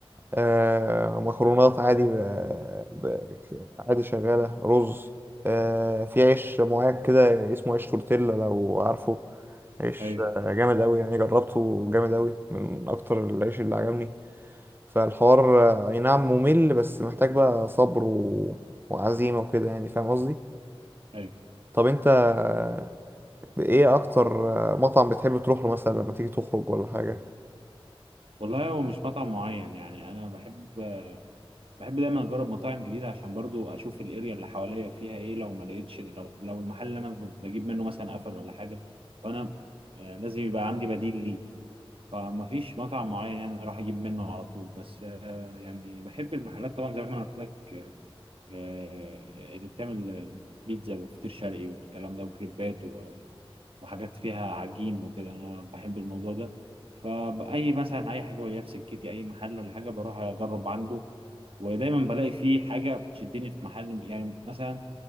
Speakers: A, on the right; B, on the right.
A: آه، مكرونات عادي آه، ب- عادي شغالة رز آه، في عيش معين كده اسمه عيش تورتيلا لو عارفه عيش
B: ايوه
A: آه، جامد أوي يعني جربته جامد أوي من أكتر العيش اللي عجبني فالحوار آه، أي نعم ممل بس محتاج بقى صبر و... وعزيمة وكده يعني فاهم قصدي؟
B: ايوه
A: طب أنت آه، إيه أكتر آه، مطعم بتحب تروح له مثلا لما تيجي تخرج ولا حاجة؟
B: والله هو مش مطعم معين يعني انا بحب بحب دايما اجرب مطاعم جديده عشان برضو اشوف الاريا اللي حواليا فيها ايه لو ما لقيتش لو لو المحل اللي انا ب- بجيب منه مثلا قفل ولا حاجه فانا آه، لازم يبقى عندي بديل ليه فما فيش مطعم معين يعني اروح اجيب منه على طول بس آه، يعني بحب المحلات طبعا زي ما أنا قلت لك آه، اللي بتعمل بيتزا وفطير شرقي والكلام ده وكريبات و- وحاجات فيها عجين وكده انا بحب الموضوع ده فاي مثلا اي حاجه بلاقيها في سكتي اي محل ولا حاجه بروح اجرب عنده ودايما بلاقي فيه حاجه بتشدني في محل يعني مثلا